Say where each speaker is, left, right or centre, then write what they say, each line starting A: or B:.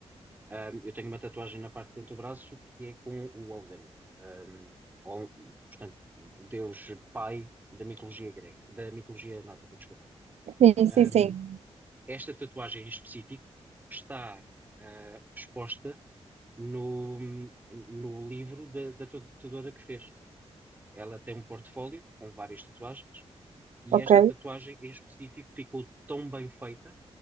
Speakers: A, on the right; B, on the right.
A: Um, eu tenho uma tatuagem na parte de dentro do braço que é com o Odin. Um, Ol- portanto, o Deus pai da mitologia grega, da mitologia nórdica, desculpa.
B: Sim,
A: Um,
B: sim, sim.
A: esta tatuagem em específico está uh, exposta no, no livro da, da tatuadora que fez. Ela tem um portfólio com várias tatuagens e
B: Ok.
A: esta tatuagem em específico ficou tão bem feita